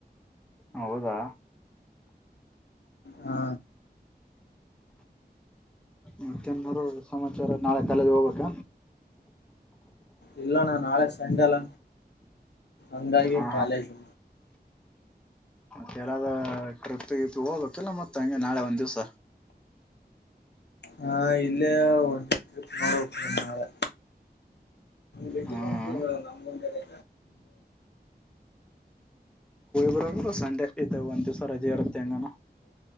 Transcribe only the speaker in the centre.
ಹೌದಾ
ಮತ್ತೆ ಏನ್ಮಾಡೋದು ಸಮಾಚಾರ ನಾಳೆ ಕಾಲೇಜ್ಗೆ ಹೋಗ್ಬೇಕ
ಹಾ
ಕೆಲ್ಲದ ಅಪ ಇ ಹೋಗ್ಕಲ್ಲ ಮತ್ತ ಹಂಗೆ ನಾಳೆ ಒಂದ್ ದಿವ್ಸ
ಹ್ಮ್
ಬರು ಸಂಡೆ ಇದು ಒಂದ್ ದಿವ್ಸ ರಜೆ ಇರುತ್ತೆ ಹೆಂಗಾನ